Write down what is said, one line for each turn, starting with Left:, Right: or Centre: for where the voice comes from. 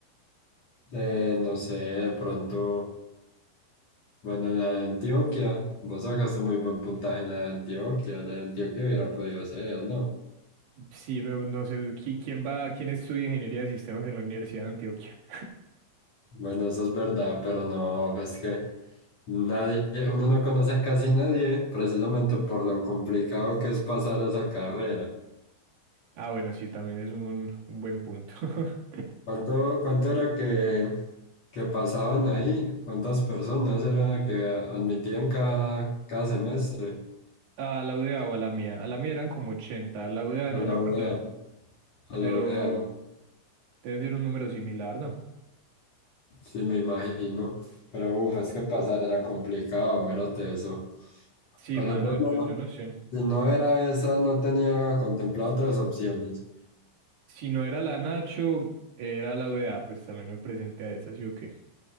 Left: Eh, no sé, de pronto, bueno, en la de Antioquia, vos sacaste muy buen puntaje en la de Antioquia, la de Antioquia hubiera podido ser, ¿no?
Right: Sí, pero no sé, ¿qui- ¿quién va, quién estudia ingeniería de sistemas en la Universidad de Antioquia?
Left: Bueno, eso es verdad, pero no, es que nadie, uno no conoce a casi nadie, precisamente por lo complicado que es pasar esa carrera.
Right: Ah, bueno, sí, también es un, un buen punto. <laughs>
Left: ¿Cuánto, cuánto era que, que pasaban ahí? ¿Cuántas personas era que admitían cada, cada semestre?
Right: Ah, la UDA o a la mía. A la mía eran como 80, La U UDA no
Left: A
Right: recuerdo,
Left: la UEA, a a
Right: pero
Left: la UEA.
Right: debe ser un número similar, ¿no?
Left: Sí, me imagino. Pero uf, es que pasar era complicado, mero teso.
Right: Sí,
Left: Pero
Right: mano,
Left: entonces,
Right: yo,
Left: no,
Right: yo no sé.
Left: si no era esa, no tenía contemplado otras opciones.
Right: Si no era la Nacho, era la U UDA, pues también me presenté a esa, ¿sí o qué?